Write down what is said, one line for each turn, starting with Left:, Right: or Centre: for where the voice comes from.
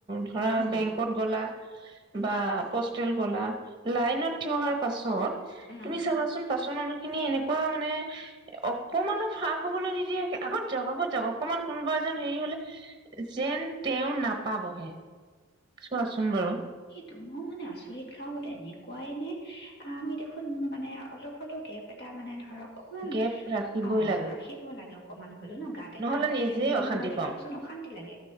Right: ধৰা
Left: উম
Right: বেংকত গ'লা
Left: আচ্ছা
Right: বা
Left: আচ্ছা
Right: পোষ্টেল গ'লা লাইনত
Left: উম
Right: থিয় হোৱাৰ পাছত
Left: উম
Right: তুমি চাবাচোন পাছৰ মানুহ -খিনি এনেকুৱা মানে অকমানো- ফাক হবলৈ নিদিয়ে কিয়? আগত যাৱক আগত যাব অকমান কোনোবা এজন হেৰি হলে যেন
Left: তাকে
Right: তেওঁ নাপাবহে চোৱাচোন বাৰু
Left: তুমিও মানে আচৰিত খাওঁ বোলে এনেকুৱাই নে ', আমি দেখোন মানে অলপ হ'লেও গেপ এটা মানে ধৰক, অকমান
Right: গেপ ৰাখিবই
Left: অ',
Right: লাগে
Left: ৰাখিব লাগে। কমান হলেও ন গাতে
Right: নহলে
Left: গা লগাই
Right: নিজে
Left: থাকিব
Right: অশান্তি
Left: নোৱাৰি
Right: পাওঁ
Left: দিয়কচোন অশান্তি লাগে